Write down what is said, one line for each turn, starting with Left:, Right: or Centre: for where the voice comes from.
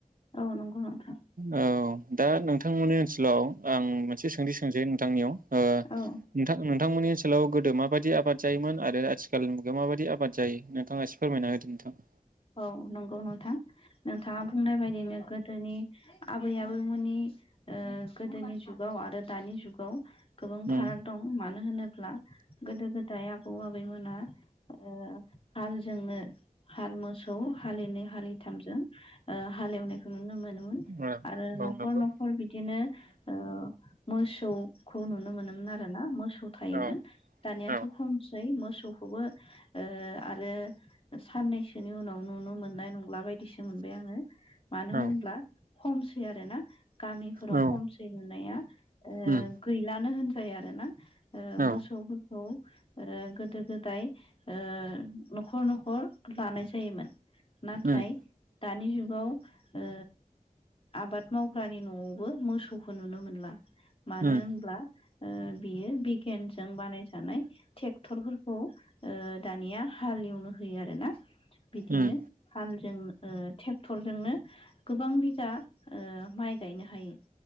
Left: औ नंगौ नोंथां
Right: औ दा नोंथांमोननि ओनसोलाव आं मोनसे सोंथि सोंसै नोंथांनियाव औ
Left: औ
Right: नोंथां नोंथांमोननि ओनसोलाव गोदो माबायदि आबाद जायोमोन आरो आथिखालनि मुगायाव माबायदि आबाद जायो नोंथाङा इस फोरमायना होदो नोंथां।
Left: औ नंगौ नोंथां। नोंथाङा बुंनाय बायदिनो गोदोनि आबै आबौमोननि ओ गोदोनि जुगाव आरो दानि जुगाव गोबां
Right: उम
Left: फाराग दं मानो होनोब्ला गोदो गोदाय आबौ आबैमोना ओ हालजोंनो हाल मोस सौ हालिनै हालिथामजों हालेवनायखौ नुनो मोनोमोन।
Right: औ
Left: आरो न'खर
Right: औ नंगौ
Left: न'खर बिदिनो ओ मोसौ खौ नुनो मोनोमोन आरोना मोसौ थायोमोन
Right: औ
Left: दानियाथ'
Right: औ
Left: खमसै मोसौखौबो ओ आरो साननैसो बिसोरनि उनाव नुनो मोननाय नंला बायदिसो मोनबाय आङो मानो
Right: औ
Left: होनब्ला खमसै आरो ना गामिफोराव
Right: औ
Left: खमसै नुनाया ओ
Right: उम
Left: गैलानो होनजायो आरो ना ओ
Right: औ
Left: मोसौफो ओ गोदो गोदाय ओ न'खर न'खर ला जायोमोन नाथाय
Right: उम
Left: दानि जुगाव ओ आबाद मावग्रानि न'आवबो मोसौखौ नुनो मोनला मानो
Right: उम
Left: होनब्ला बियो बिगियानजों बानायजानाय ट्रेक्टरफोरखौ ओ दानिया हालेवनो होयो आरोना। बिदिनो
Right: उम
Left: हालजों ओ ट्रेक्टरजोंनो गोबां बिगा ओ माइ गायनो हायो